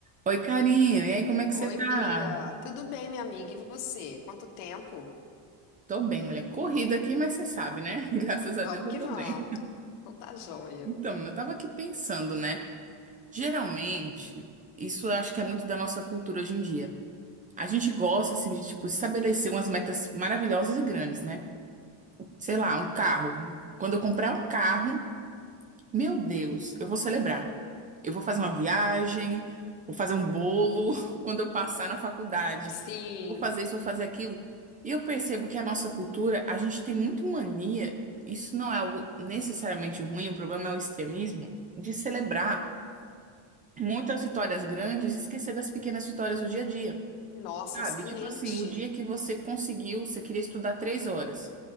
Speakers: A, on the right; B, on the left.
A: Oi, carinho. E aí, como é que
B: Oi,
A: você tá?
B: Bia. Tudo bem, minha amiga? E você? Quanto tempo?
A: Tô bem, mulher. Corrida aqui, mas você sabe, né? <laughs> Graças a
B: Vamos
A: Deus eu
B: que
A: tô
B: vamos.
A: bem.
B: Então tá joia.
A: Então, menina, eu tava aqui pensando, né? Geralmente, isso eu acho que é muito da nossa cultura hoje em dia. A gente gosta, assim, de, tipo, estabelecer umas metas maravilhosas e grandes, né? Sei lá, um carro. Quando eu comprar um carro, Meu Deus, eu vou celebrar. Eu vou fazer uma viagem, vou fazer um bolo <laughs> quando eu passar na faculdade.
B: Sim.
A: Vou fazer isso, vou fazer aquilo. E eu percebo que a nossa cultura, a gente tem muito mania, isso não é algo necessariamente ruim, o problema é o extremismo, de celebrar muitas vitórias grandes e esquecer das pequenas vitórias do dia a dia.
B: Nossa,
A: Sabe?
B: excelente.
A: Tipo assim, o dia que você conseguiu, você queria estudar três horas.